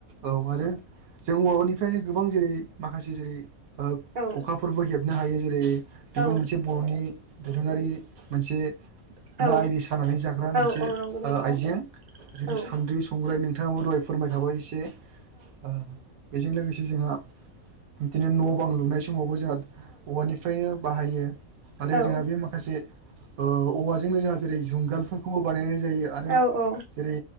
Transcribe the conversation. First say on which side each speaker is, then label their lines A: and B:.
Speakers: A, on the right; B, on the right.
A: औ आरो जों औवानिफ्रायनो गोबां जेरै माखासे जेरै ओ
B: औ
A: खखाफोरबो हेबनो हायो जेरै बेबो
B: औ
A: मोनसे बर'नि दोरोङारि मोनसे
B: औ
A: ना आरि सानानै जाग्रा मोनसे
B: औ
A: ओ
B: औ नंगौ नोंथां
A: आइजें जेरै
B: औ
A: सान्द्रि, संग्राय नों थाङाबो दहाय फोरमायखाबाय एसे ओ बेजों लोगो से जोंहा बिदिनो न' बां लुनाय समावबो जोंहा औवानिफ्रायनो बाहायो आरो
B: औ
A: जोंहा बे माखासे ओ औवाजोंनो जोंहा जेरै जुंगालफोरखौबो बानायनाय जायो आरो
B: औ औ
A: जेरै